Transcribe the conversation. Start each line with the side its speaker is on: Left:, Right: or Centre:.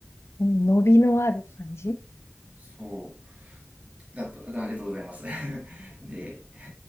Left: うん。伸びのある感じ <laughs>
Right: そう。だと、だありがとうございます。<laughs> で、